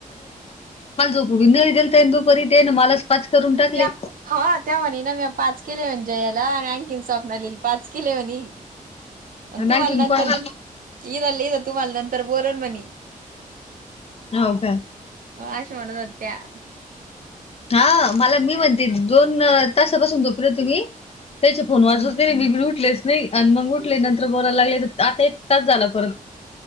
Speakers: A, on the left; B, on the right.
A: झोप नाही दिल तेंदुपरी देन मला पाच करून टाकले
B: त्या हा त्या म्हणे ना म्या पाच किले म्हणजे याला आणि आणखीन सपनाली, पाच किले म्हणी आणि तुम्हाला
A: आणखीन
B: नंतर
A: कोण
B: <unintelligible> तुम्हाला नंतर बोरन मणी
A: हो का
B: हो अशा म्हणत होत्या.
A: हा मला मी म्हणते दोन तासापासून झोपली होती मी. त्याचे फोन
B: हम्म
A: वाजूच दे मी बाई उटलेच. नाही आणि मग उठले नंतर, बोलायला लागले आता एक तास झाला परत.